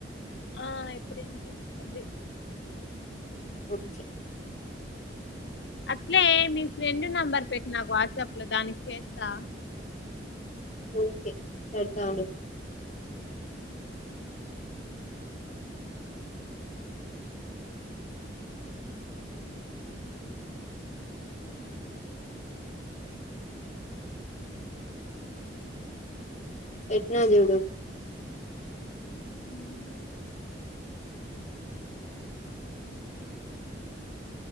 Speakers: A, on the left (about 70°); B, on the left (about 40°).
A: ఆ ఇప్పుడు వినిపిస్తుంది
B: వచ్చే
A: అట్లే మీ ఫ్రెండ్ నెంబర్ పెట్టి నాకు వాట్సాప్ లో దానికి చేస్తా
B: ఓకే పెడతా ఉండు పెట్నా జూడు
A: ఉమ్